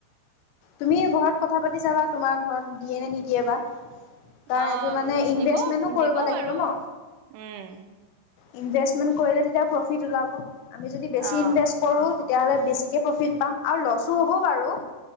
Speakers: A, on the left (about 85°); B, on the right (about 80°).
A: তুমি ঘৰত কথা পাতিচাবা, তোমাৰ ঘৰত দিয়ে নে নিদিয়ে বা। কাৰ
B: অ',
A: এইটো মানে ইনভেষ্টমেন্টো
B: দিব,
A: কৰিব
B: দিব
A: লাগিব
B: বাৰু।
A: ন
B: উম,
A: ইনভেষ্টমেণ্ট কৰিলে তেতিয়া প্ৰফিট ওলাব, আমি যদি বেছি
B: অ',
A: ইনভেষ্ট কৰো তেতিয়াহলে বেছি কে প্ৰফিট পাম আৰু লছো হ'ব বাৰু।